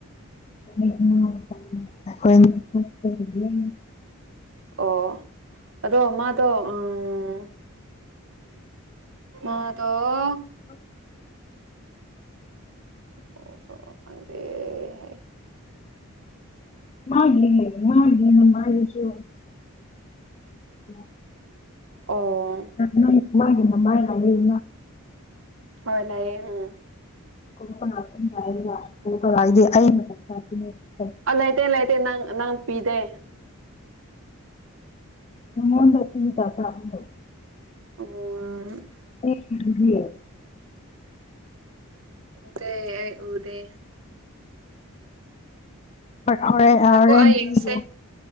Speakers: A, on the left; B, on the right.
A: <unintelligible>
B: ꯑꯣ ꯑꯗꯣ ꯃꯥꯗꯣ ꯎꯝ ꯎꯝ ꯇꯧꯔꯣ
A: <unintelligible>
B: ꯑꯣ ꯁꯣ ꯐꯪꯗꯦ ꯍꯦ
A: ꯃꯥꯒꯤ ꯃꯥꯒꯤ ꯃꯃꯥꯢꯗꯨꯁꯨ <unintelligible>
B: ꯑꯣ
A: ꯅꯪ ꯃꯥꯒꯤ ꯃꯃꯥꯢ <unintelligible>
B: ꯍꯣꯏ ꯂꯩꯌꯦ ꯎꯝ
A: <unintelligible>
B: ꯑ ꯂꯩꯇꯦ ꯂꯩꯇꯦ ꯅꯪ ꯅꯪ ꯄꯤꯗꯦ
A: <unintelligible>
B: ꯎꯝ
A: ꯑꯩ <unintelligible>
B: ꯎꯗꯦ ꯑꯩ ꯎꯗꯦ
A: ꯍꯣꯔꯦꯟ
B: ꯉꯥꯏꯈꯣ
A: ꯑ ꯍꯣꯔꯦꯟ
B: ꯑꯩ ꯌꯦꯡꯁꯦ
A: ꯄꯤꯒꯦ